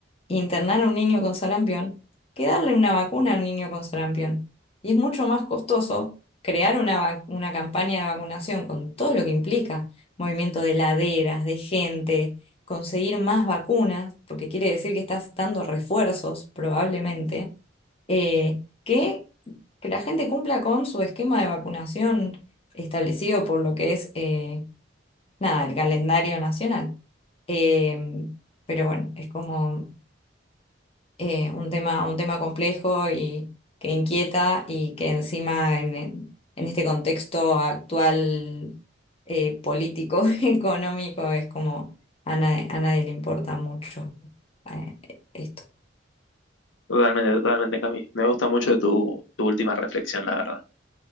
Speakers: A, on the left; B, on the left.
A: internar a un niño con sarampión que darle una vacuna a un niño con sarampión. Y es mucho más costoso crear una, vac- una campaña de vacunación con todo lo que implica, movimiento de laderas, de gente, conseguir más vacunas, porque quiere decir que estás dando refuerzos probablemente, eh, que, que la gente cumpla con su esquema de vacunación establecido por lo que es, eh, nada, el calendario nacional. Em, pero bueno, es como eh, un tema, un tema complejo y que inquieta y que encima en, en este contexto actual eh, político, <laughs> económico, es como a nadie, a nadie le importa mucho eh, esto.
B: Totalmente, totalmente, Cami. Me gusta mucho tu, tu última reflexión, la verdad.